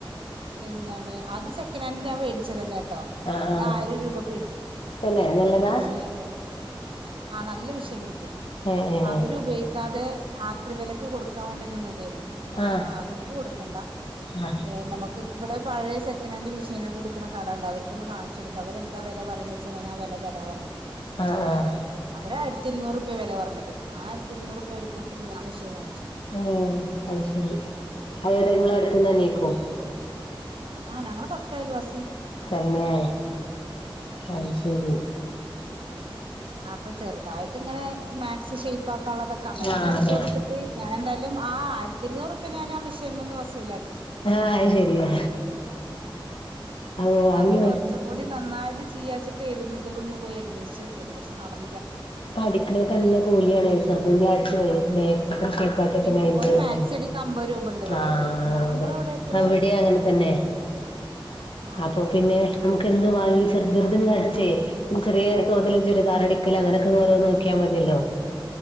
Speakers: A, on the right; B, on the left.
A: എന്താണ് അത് സെക്കനാൻഡ് ഞാൻ മേടിച്ചതന്നെ ട്ടോ
B: ആഹ്
A: അതിയിരം
B: ആഹ്
A: രൂപക്ക് കിട്ടി
B: തന്നെ നല്ലതാ
A: പക്ഷെ ആഹ് നല്ല വിഷയം കിട്ടി
B: ഏഹ് ഏഹ്
A: അവരു ഉപയി ക്കാതെ ആക്രി വെലക്ക് കൊടുക്കാ വേണ്ടി നിന്നതാര്ന്നു ഞാൻ
B: ആഹ്
A: പറഞ്ഞു ആക്രിക്ക് കൊടുക്കണ്ട
B: ആഹ്
A: ഏ നമുക്ക് ഇവിടെ പഴയ സെ സെക്കനാൻഡ് മെഷൃനുകള് എടുക്കണ കട ഇണ്ട് അവർക്കൊന്നു കാണിചൊടുക്ക അവരെന്താ വെല പറയണ വെച്ചാ ഞാൻ ആ വെല തെരാ പർഞ്ഞു
B: ആഹ് ആഹ്
A: അവര് ആയിരത്തി ഇരുന്നൂറ്പ്യ വെല പറഞ്ഞത് ആയിരത്തി ഇരുന്നൂറുപൃ ഓര്ക്ക് കൊടുത്തിട്ട് ഞാൻ മെഷൃൻ വാങ്ങിച്ചു
B: ഏ അയി ശരി അയാള് ഇങ്ങളടുത്ത്ന്നനായിക്കോ
A: ആഹ് ഞങ്ങള തൊട്ടയൽ വാസി
B: തന്നെ
A: ഉം
B: അയ്ശരി
A: ആ അപ്പൊ ചെറുതായിട്ടിങ്ങനെ മാക്സ് ഷെയപ്പാക്കാള്ളതൊക്കെ അങ്ങനൊക്കെ
B: ആഹ്
A: അടിച്ച്
B: അതെ
A: കൊടുത്ത് തീ ഞാനെന്തായാലും ആ ആയിരത്തിരുന്നൂറുപ്പ്യ ഞാനാ മെഷൃൻമേന്ന് വസൂലാക്കി
B: ആഹ് അയ് ശരിയാ ആഹ് വാങ്ങി
A: അപ്പൊ കൊറച്ചും കൂടി നന്നായിട്ട് ചിയ്യാവെച്ചിട്ടാര്ന്നു ഇതൊന്ന് പോയി അന്വേഷിച്ചോക്കെത് പക്ഷെ നടന്നില്ല
B: പഠിക്കണക്ക നല്ല കൂലിയാണ് ചെറുത്തിന്റെ ആഴ്ച്ച മാത്‍സക്കെ ഷെ <unintelligible>
A: പിന്നെ ഒരു മാക്സി അടിക്കാൻ അമ്പത് രൂപ ഉണ്ട് ഇവിടെയൊക്കെ
B: ആഹ്
A: ഇങ്ങ ഇങ്ങളവിടെ
B: അതെ
A: എത്രയാ
B: ആ ഇവിടെ അങ്ങനെ തന്നെ
A: ആഹ്
B: അപ്പൊ പിന്നെ നമുക്ക് എന്ത് വാങ്ങി ചെറിയ ചെറുന്ന് അടിച്ചേ ചെറിയ തോതിൽ ഒരു ചുരിദാറടിക്കൽ അങ്ങനെ രോ നോക്കിയാ മതില്ലോ